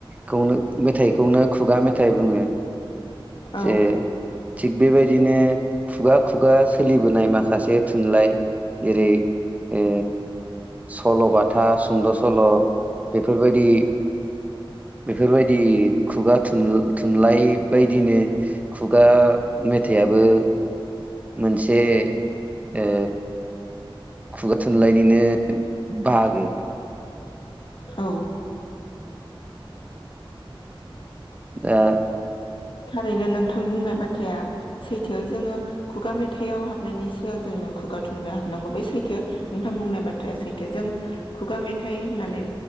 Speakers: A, on the right; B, on the left.
A: खौनो मेथाइ खौनो खुगा मेथाइ बुङो।
B: औ
A: जे थिग बेबायदिनो खुगा खुगा सोलिबोनाय माखासे थुनलाइ जेरै ओ सल'बाथा, सुंद' सल' बेफोर बायदि बेफोर बायदि खुगा थुन थुनलाइ बायदिनो खुगा मेथाइयाबो मोनसे ओ खुगा थुनलाइ निनो बाहागो।
B: औ
A: आ
B: थारैनो नोंथां बुंनाय बाथ्राया सैथो जोङो खुगा मेथाइलआव हाबनायनि सिगां जोङो खुगा थुनलाइ याव हाबनांगौ बे सैथो नोंथां बुंनाय बाथ्राया सैथो जों खुगा मेथाइ होननानै